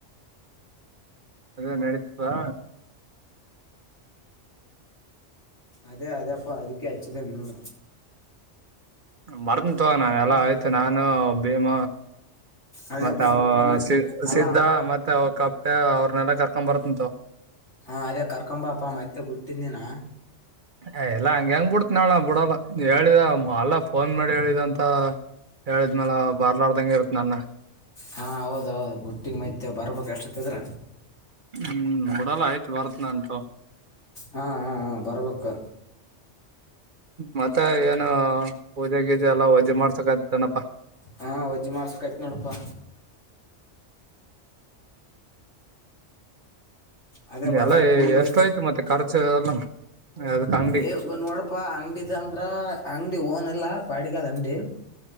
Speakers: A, on the right; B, on the left.
A: ಅಧೆ ನಡೀತದಾ
B: ಅದೇ ಅದೇ ಅಪ್ಪ ಅದಕ್ಕೆ ಅಚ್ಚುದನೆ ಇವ್ನು
A: ಬರ್ತನ್ ತಗ ನ ಎಲ್ಲಾ ಆಯ್ತು ನಾನು ಭೀಮ
B: ಅದೇ
A: ಮತ್ತೆ
B: ಬರ್ರಪ್ಪ
A: ಅವ
B: ಮತ್ತೆ ಅಲ್ಲ
A: ಸಿದ್ದ ಮತ್ತೆ ಅವ ಕಪ್ಪೆ ಅವ್ರನೆೆಲ್ಲ ಕರ್ಕೊಂಡ್ ಬರ್ತ್ನೀ ತೋ
B: ಹಾ ಅದೇ ಕರ್ಕೊಂಬಪ್ಪ ಮತ್ತೆ ಬಿಟ್ಟಿನೀನು
A: ಆ ರಿ <inaudible> ಏ ಎಲ್ಲಾ ಹಂಗಗೆ ಹೆಂಗ್ ಬಿಡ್ತ ನ ಬಿಡಲ್ಲ ಹೇಳಿದ ಅಲ್ಲ ಫೋನ್ ಮಾಡಿ ಹೇಳಿದ ಅಂತ ಹೇಳಿದ್ಮೇಲೆ ಬರದಂಗೆ ಇರ್ತೀನಿ ನನ್ನ
B: ಹಾ ಹೌದೌದು ಬುಟ್ಟಿಗೆ ಮೈತ ಬರ್ಬೇಕ ಅಷ್ಟತ್ತದ್ರ
A: ಹ್ಮ್ ನೋಡಲ್ಲ ಆಯ್ತು ಬರತಅಂತ ತೊ.
B: ಹಾ ಹಾ ಹಾ ಬರಬೇಕು.
A: ಮತ್ತೆ ಏನು ಪೂಜೆ ಗೀಜೆ ಎಲ್ಲಾ ವಜೆ ಮಾಡ್ಸಕತನಪ್ಪಾ
B: ಹಾ ವಜ್ಜ ಮಾಡ್ಸ್ಕಾಯತ್ ನೋಡಪ್ಪಾ. ಅದೇ ಬರ್ಬೇಕು
A: ಎಲ್ಲ
B: ಪೂಜೆ
A: ಎಷ್ಟ
B: ಒಜ್ಜಿ
A: ಆಯ್ತು ಮತ್ತೆ ಖರ್ಚು ಎಲ್ಲ ಅದಕ್ ಅಂಗಡಿ
B: ಏ ಬ ನೋಡಪ್ಪಾ ಅಂಗಡಿ ಅಂದ್ರ ಅಂಗಡಿ ಓನ್ ಎಲ್ಲಾ ಬಾಡಿಗೆದ ಅಂಗಡಿ.